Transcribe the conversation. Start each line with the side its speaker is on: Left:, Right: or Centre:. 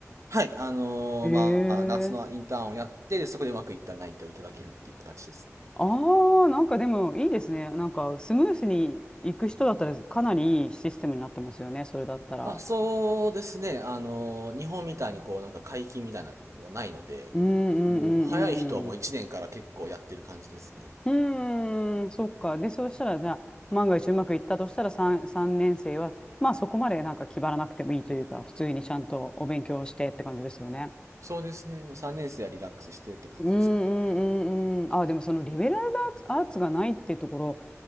Right: はい、あのー、
Left: へえ。
Right: まあ、夏のインターンをやって、で、そこでうまくいったら内定をいただけるっていう形ですね。
Left: ああ、なんかでもいいですね。なんかスムースに行く人だったらかなりいいシステムになってますよね、それだったら。
Right: あ、そうですね。あのー、日本みたいにこう、なんか解禁みたいなのがないので、
Left: うんうんうん
Right: もう、早い人はもう1年から結構やってる感じですね。
Left: うーん、そっか。で、そうしたら、じゃあ、万が一うまくいったとしたら3、三年生は、まあそこまでなんか気張らなくてもいいというか、普通にちゃんとお勉強してって感じですよね。
Right: そうですね。もう3年生はリラックスしてって感じですかね。
Left: うんうんうんうん。あ、でもそのリベラルアーツ、アーツがないっていうところ、